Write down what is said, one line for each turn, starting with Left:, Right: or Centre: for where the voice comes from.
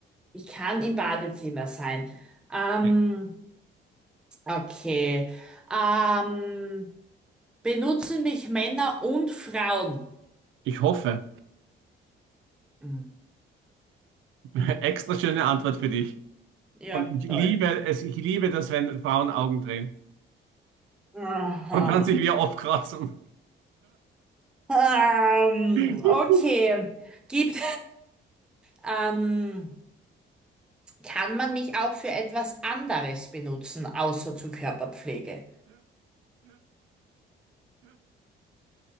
Centre: ich kann im Badezimmer sein. Ähm,
Right: ja.
Centre: okay. Ähm, benutzen mich Männer und Frauen?
Right: ich hoffe.
Centre: Hm,
Right: <laughs> Extra schöne Antwort für dich.
Centre: Ja,
Right: Und ich
Centre: toll.
Right: liebe es, ich liebe das, wenn Frauen Augen drehen
Centre: Aha.
Right: und dann sich wieder aufkratzen.
Centre: Ähm,
Right: <laughs>
Centre: okay. Gibt, <laughs> ähm, kann man mich auch für etwas anderes benutzen, außer zur Körperpflege?